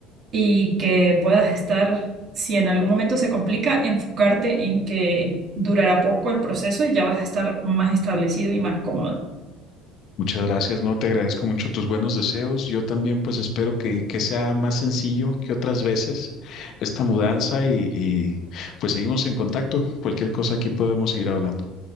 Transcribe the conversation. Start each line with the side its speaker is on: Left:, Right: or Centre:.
Right: y que puedas estar, si en algún momento se complica, enfocarte en que durará poco el proceso y ya vas a estar más establecido y más cómodo.
Left: Muchas gracias, no, te agradezco mucho tus buenos deseos. Yo también pues espero que que sea más sencillo que otras veces esta mudanza y y pues seguimos en contacto. Cualquier cosa aquí podemos seguir hablando.